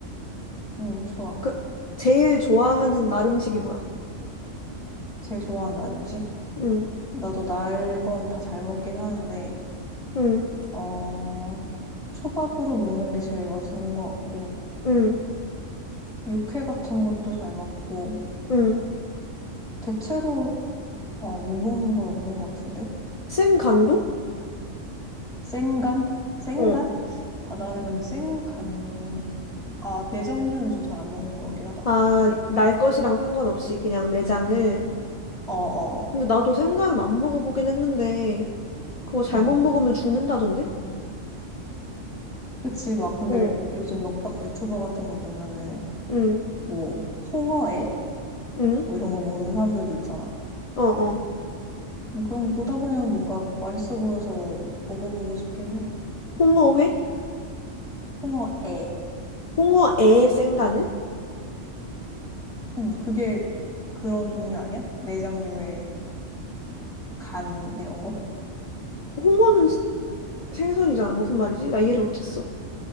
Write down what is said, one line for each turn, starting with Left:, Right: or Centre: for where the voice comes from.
Centre: 응 좋아.
Left: 그, 제일 좋아하는 날 음식이 뭐야?
Centre: 제일 좋아하는 날 음식?
Left: 응,
Centre: 나도 날 건 다 잘 먹긴 하는데,
Left: 응,
Centre: 어, 초밥으로 먹는 게 제일 맛있는 것 같고,
Left: 응,
Centre: 육회 같은 것도 잘 먹고,
Left: 응.
Centre: 대체로, 어, 못 먹는 건 없는 것 같은데?
Left: 생간도?
Centre: 생간? 생간?
Left: 어.
Centre: 아, 나는 근데 생간, 아, 내장류는 좀 잘 안 먹는 것 같긴 하다.
Left: 아, 날 것이랑 상관없이 그냥 내장을.
Centre: 어어어.
Left: 근데 나도 생간은 안 먹어보긴 했는데, 그거 잘못
Centre: 응
Left: 먹으면 죽는다던데?
Centre: 그치, 막, 근데
Left: 어,
Centre: 요즘 먹방 유튜버 같은 거 보면은,
Left: 응,
Centre: 뭐, 홍어회?
Left: 응.
Centre: 뭐 이런 거 먹는 사람들도 있잖아.
Left: 어, 어.
Centre: 근데 그런 거 보다 보면 뭔가 맛있어 보여서 먹어보고 싶긴 해.
Left: 홍어회?
Centre: 홍어에.
Left: 홍어애 생간을?
Centre: 응, 그게 그런 종류 아니야? 내장류의 간 이런 거?
Left: 홍어는 시- 생선이잖아. 무슨 말이지? 나 이해를 못했어.